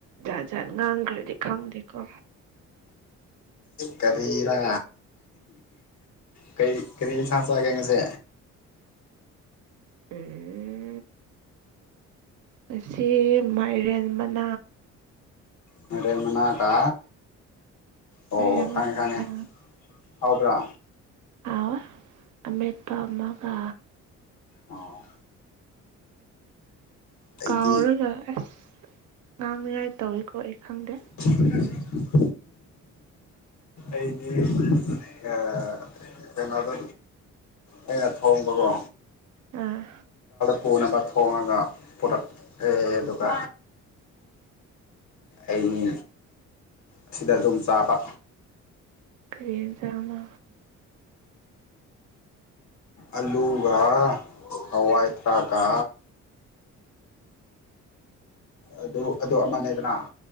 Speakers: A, on the right; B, on the left.
A: ꯖꯍꯥꯠ ꯖꯥꯥꯟ ꯉꯥꯡꯈ꯭ꯔꯗꯤ ꯈꯪꯗꯦꯀꯣ
B: ꯀꯔꯤꯔꯥ ꯀ ꯀꯔꯤ ꯏꯟꯁꯥꯡ ꯆꯥꯒꯦ ꯉꯁꯤ
A: ꯎꯝ ꯉꯁꯤ ꯃꯥꯏꯔꯦꯟ ꯃꯅꯥ
B: ꯃꯩꯔꯦꯜ ꯃꯅꯥꯒꯥ ꯑꯣ
A: ꯃꯥꯏꯔꯦꯟ ꯃꯅꯥꯒ
B: ꯈꯪ ꯉꯦ ꯈꯥꯪ ꯉꯦ ꯍꯥꯎ ꯕ꯭ꯔꯥ
A: ꯍꯥꯎꯏ ꯑꯃꯦꯠꯄ ꯑꯥꯃꯒ
B: ꯑꯣ ꯑꯩꯗꯤ
A: ꯀꯥꯎꯔꯒ ꯑꯁ ꯉꯥꯡꯅꯤꯉꯥꯏ ꯇꯧꯏꯀꯣ ꯑꯩ ꯈꯪꯗꯦ
B: <unintelligible> ꯑꯩꯗꯤ ꯑꯥꯥ ꯀꯩꯅꯣꯗ ꯑꯩꯅ ꯊꯣꯡꯕꯗꯣ
A: ꯑꯥ
B: ꯄꯨꯅꯕꯥ ꯊꯣꯡꯉꯒ ꯄꯨꯔꯛꯑꯦ ꯑꯗꯨꯒ ꯑꯩ ꯑꯁꯤꯗ ꯑꯗꯨꯝ ꯆꯥꯕ
A: ꯀꯩ ꯍꯦꯟꯖꯥꯡ ꯅꯣ꯫
B: ꯑꯂꯨꯒ ꯍꯋꯥꯏ ꯊ꯭ꯔꯥꯛ ꯀꯥ ꯑꯗꯨ ꯑꯗꯨ ꯑꯃꯅꯦꯗꯅ ꯑ